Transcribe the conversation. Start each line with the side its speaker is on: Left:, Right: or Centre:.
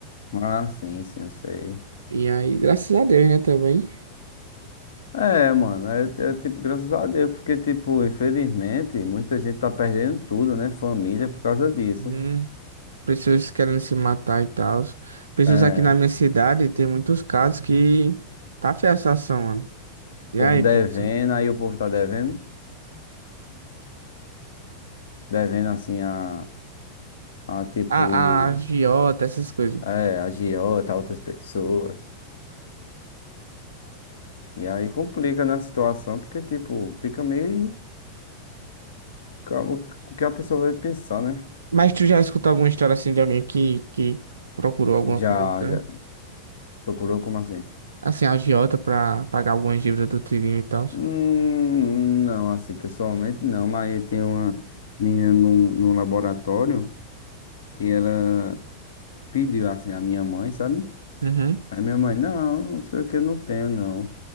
Left: Ah, sim, sim, eu sei.
Right: E aí, graças a Deus, né, também.
Left: É, mano, é, é, tipo, graças a Deus, porque, tipo, infelizmente, muita gente tá perdendo tudo, né? Família por causa disso.
Right: Hum, pessoas querendo se matar e tal. Pessoas
Left: É,
Right: aqui na minha cidade, tem muitos casos que tá feia a situação, mano. E
Left: o
Right: aí,
Left: povo devendo,
Right: como assim?
Left: aí o povo tá devendo, devendo assim a, a tipo,
Right: A, a agiota, essas coisas.
Left: é, agiota, a outras pessoas. E aí complica na situação, porque, tipo, fica meio com o que a pessoa vai pensar, né?
Right: Mas tu já escutou alguma história, assim, de alguém que, que procurou alguma
Left: Já,
Right: coisa, tá?
Left: já procurou como assim?
Right: Assim, a agiota pra pagar algumas dívidas do tirinho e tal.
Left: Hum, não, assim, pessoalmente não, mas tem uma menina num, num laboratório. que ela pediu assim a minha mãe, sabe?
Right: Uhum.
Left: Aí minha mãe, não, não sei o que, eu não tenho, não.